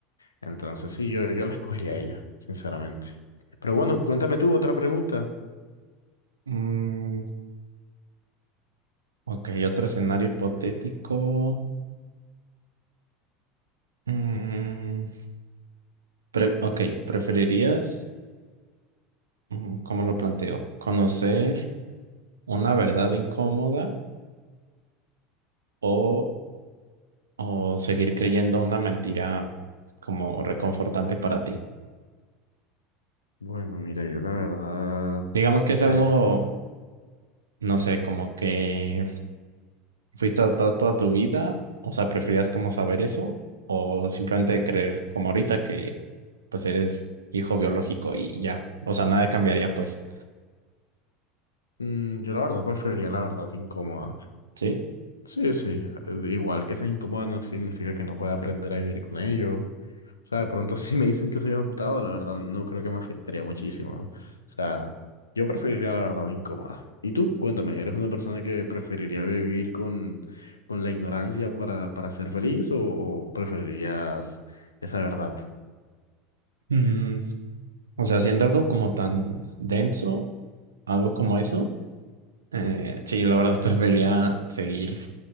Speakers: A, on the left (about 80°); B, on the right (about 80°).
A: Entonces sí, yo, yo la escogería a ella, sinceramente. Pero bueno, cuéntame tú otra pregunta.
B: Mm, ok, otro escenario hipotético. Mm, pre- ok, ¿preferirías, mm, cómo lo planteo, conocer una verdad incómoda o, o seguir creyendo una mentira como reconfortante para ti?
A: Bueno, mira, yo la verdad,
B: Digamos que es
A: pues,
B: algo no sé, como que fuiste adoptado toda tu vida, o sea, preferías como saber eso o simplemente creer como ahorita que pues eres hijo biológico y ya, o sea, nada cambiaría pues,
A: mm, yo la verdad preferiría la verdad incómoda.
B: ¿sí?
A: Sí, sí. eh, Igual que sea incómoda no significa que no pueda aprender a vivir con ello. O sea, de pronto <laughs> si me dicen que soy adoptado, la verdad no creo que me afectaría muchísimo. O sea, yo preferiría la verdad incómoda. Y tú, cuéntame, ¿eres una persona que preferiría vivir con, con la ignorancia para, para ser feliz o, o preferirías esa verdad?
B: Mm, o sea, haciendo algo como tan denso, algo como eso, eh, sí, la verdad <laughs> preferiría seguir